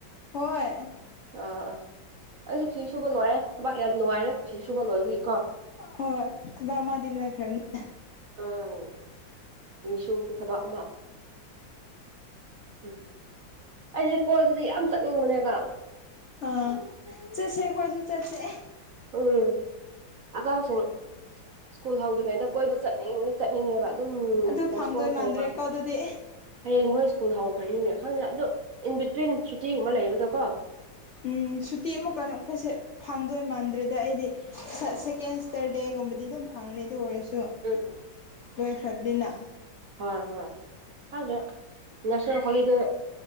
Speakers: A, on the left (about 55°); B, on the right (about 60°).
A: ꯍꯣꯏ
B: ꯑꯥ ꯑꯥ ꯑꯩꯁꯨ ꯐꯤ ꯁꯨꯕ ꯂꯣꯏꯔꯦ ꯊꯕꯥꯛ ꯌꯥꯝ ꯅꯨꯡꯉꯥꯏꯔꯦ ꯐꯤ ꯁꯨꯕ ꯂꯣꯏꯕꯒꯤꯀꯣ
A: ꯍꯣꯏ ꯊꯕꯛ ꯑꯃꯗꯤ ꯂꯣꯏꯈꯔꯥꯕꯅꯤꯅꯥ
B: ꯑ ꯐꯤꯁꯨꯕꯁꯨ ꯊꯕꯛ <inaudible> ꯑꯩꯁꯦ ꯀꯣꯏꯕꯥꯖꯦ ꯌꯥꯝ ꯆꯠꯅꯤꯡꯕꯅꯦꯕ
A: ꯑꯥ ꯆꯠꯁꯦ ꯑꯩꯈꯣꯏꯁꯨ ꯆꯠꯁꯦ
B: ꯑꯣꯝ ꯑꯉꯥꯡꯁꯤꯡ ꯁ꯭ꯀꯨꯜ ꯍꯧꯗ꯭ꯔꯤꯉꯩꯗ ꯀꯣꯏꯕ ꯆꯠꯅꯤꯡꯅꯤ ꯆꯠꯅꯤꯡꯉꯒ ꯑꯗꯨꯝ
A: ꯑꯗꯨ
B: ꯄꯣꯁꯄꯣꯟ
A: ꯐꯪꯗꯣꯏ
B: ꯇꯧꯕ
A: ꯃꯥꯟꯗ꯭ꯔꯦꯀꯣ ꯑꯗꯨꯗꯤ
B: ꯍꯌꯦꯡ ꯃꯣꯏ ꯁ꯭ꯀꯨꯜ ꯍꯧꯈ꯭ꯔꯅꯤꯅꯦ ꯈꯪꯗꯦ ꯑꯗꯣ ꯏꯟ ꯕꯤꯇ꯭ꯋꯤꯟ ꯁꯨꯇꯤꯒꯨꯝꯕ ꯂꯩꯕꯗꯣꯀꯣ
A: ꯎꯝ ꯁꯨꯇꯤ ꯑꯃꯨꯛꯀꯅꯛ ꯐꯩꯁꯦ ꯐꯪꯗꯣꯏ ꯃꯥꯟꯗ꯭ꯔꯦ ꯑ ꯗ ꯑꯩꯗꯤ ꯁꯦꯀꯦꯟ ꯁ꯭ꯇꯔꯗꯦꯒꯨꯝꯕꯗꯤ ꯑꯗꯨꯝ ꯐꯪꯅꯤ ꯑꯗꯨ ꯑꯣꯏꯔꯁꯨ
B: ꯎꯝ
A: ꯂꯣꯏꯈ꯭ꯔꯕꯅꯤꯅ
B: <inaudible> ꯈꯪꯗꯦ ꯉꯁꯤ ꯍꯣꯂꯤꯗꯦ